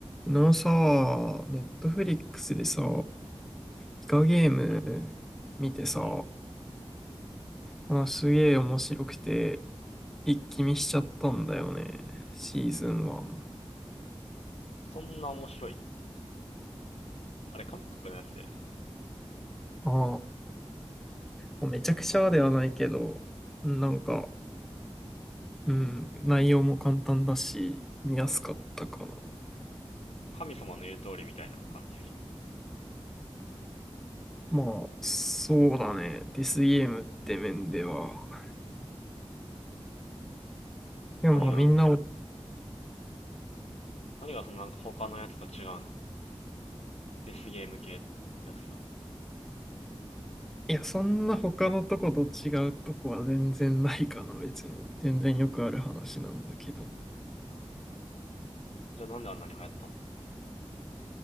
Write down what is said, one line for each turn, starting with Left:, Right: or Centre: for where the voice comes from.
Centre: 昨日さ、ネットフリックスでさ、イカゲーム見てさ、
Left: うん、うん。
Centre: あ、すげえ面白くて、一気見しちゃったんだよね、シーズン1。
Left: そんな面白い。あれ、韓国のやつだよね。
Centre: ああ、めちゃくちゃではないけど、なんか、うん、内容も簡単だし、見やすかったかな。
Left: 神様の言う通りみたいな感じ
Centre: まあ、そうだね、デスゲームって面では。でもまあみんな、
Left: え何がなんかそんな、
Centre: ん
Left: 何がそんななんか他のやつと違うのデスゲーム系のやつさ
Centre: いや、そんな他のとこと違うとこは全然ないかな、別に。全然よくある話なんだけども。
Left: じゃあなんであんなに流行ったんだ